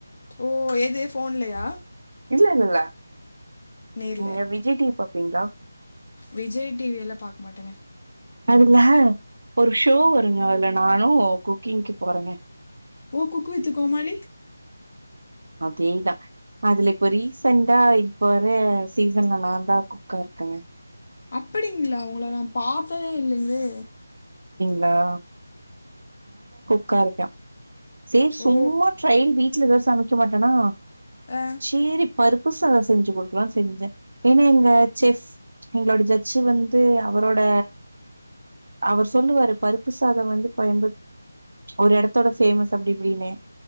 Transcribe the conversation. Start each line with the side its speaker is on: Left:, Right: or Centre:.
Left: ஓ! எது ஃபோன்லயா?
Right: இல்லெல்லெல்ல
Left: நேர்ல.
Right: நீங்க விஜய் டி வி பாப்பிங்ளா?
Left: விஜய் டி வில்லா பாக்க மாட்டேங்க
Right: அதுல ஒரு ஷோ வருங்க அதுல நானு குக்கிங்க்கு போறங்க
Left: ஓ குக்குவித்து கோமாளி
Right: அதேதா அதுல இப்ப ரீசண்டா இப்ப வர சீசன்ல நாந்தா குக்கா இருக்கங்க
Left: அப்புடிங்ளா உங்ள நா பாத்ததே இல்லங்ளே
Right: ளா உக்காரப்யா சே சும்மா
Left: ஓ!
Right: ட்ரயல் வீட்ல எதா சமைக்க மாட்டெனா
Left: அ.
Right: சேரி பருப்பு சாத செஞ்சு குடு க்லான் செஞ்சே ஏனா எங்க செஃப் எங்ளோட ஜட்ஜு வந்து அவரோட அவர் சொல்லுவாரு பருப்பு சாத வந்து கோயம்புத் ஒரு எடத்தோட ஃபேமஸ் அப்டி இப்டின்னு